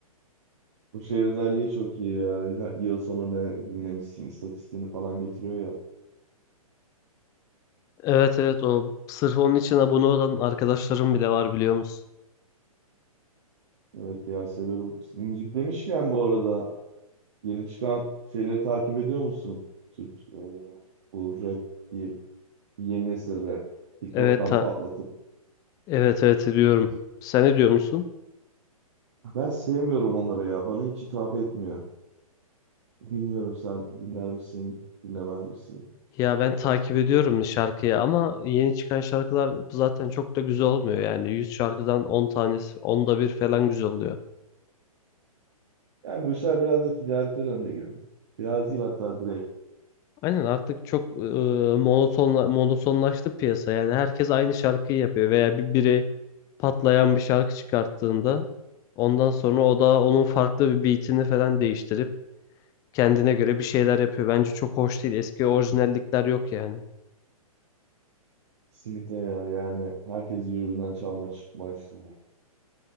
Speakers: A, on the right; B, on the left.
A: Bu şey özelliği çok iyi ya. Yıl yıl sonu ne dinlemişsin istatistiğini falan getiriyor ya.
B: Evet evet o sırf onun için abone olan arkadaşlarım bile var biliyor musun?
A: Evet ya seviyorum. Müzik demişken bu arada yeni çıkan şeyleri takip ediyor musun? Türk e, bu rap diye yeni nesil rap. TikTok'tan
B: Evet ta-
A: patlatıp.
B: Evet evet ediyorum. Sen ne diyor musun?
A: Ben sevmiyorum onları ya. Bana hiç hitap etmiyor. Bilmiyorum sen dinler misin, dinlemez misin?
B: Ya ben takip ediyorum şarkıyı ama yeni çıkan şarkılar zaten çok da güzel olmuyor yani. 100 şarkıdan 10 tanesi, onda bir falan güzel oluyor.
A: Yani bu işler biraz da ticarete döndü gibi. Biraz değil hatta direkt.
B: Aynen artık çok e, monotonla, monotonlaştı piyasa. Yani herkes aynı şarkıyı yapıyor veya bir, biri patlayan bir şarkı çıkarttığında ondan sonra o da onun farklı bir beatini falan değiştirip kendine göre bir şeyler yapıyor. Bence çok hoş değil. Eski orijinallikler yok yani.
A: Kesinlikle ya yani herkes birbirinden çalma çıkma işte.